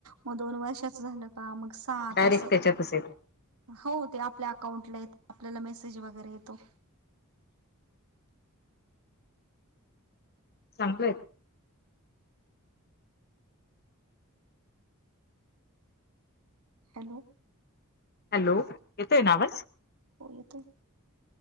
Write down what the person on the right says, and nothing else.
मग दोन वर्षाच झालं का मग सात
असं
हो ते आपल्या अकाउंटला येतं आपल्याला मेसेज वगैरे येतो
हॅलो
होे येतोय